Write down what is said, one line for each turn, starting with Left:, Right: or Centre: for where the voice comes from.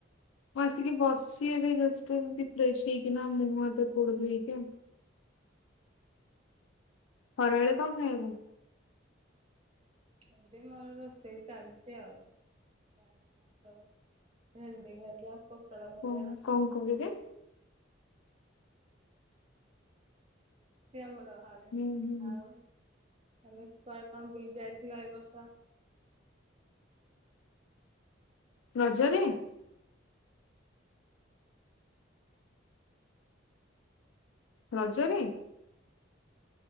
Left: ମୁଁ ଆସିକି ବସିଚି ଏବେ ଜଷ୍ଟ୍ ଏମିତି ଫ୍ରେଶ୍ ହେଇକିନା ମୁହଁ ହାତ ଗୋଡ ଧୋଇକା। ଖରାବେଳେ କଣ ଖାଇବୁ?
Right: ଏବେ ମୋର ରୋଷେଇ ଚାଲିଛି ଆଉ। ଡାଲି, ଭାତ, ଭେଣ୍ଡି ଭଜା, ପୋଟଳ ଭଜା।
Left: କଣ କଣ କରିବେ?
Right: ଚାଲିଛି ଆମର ସରିନି
Left: ହୁଁ ହୁଁ
Right: ଆଉ ତମେ କୁଆଡେ କଣ ବୁଲି ଯାଇଥିଲ ଏ ବର୍ଷ।
Left: ରଜରେ। ରଜରେ।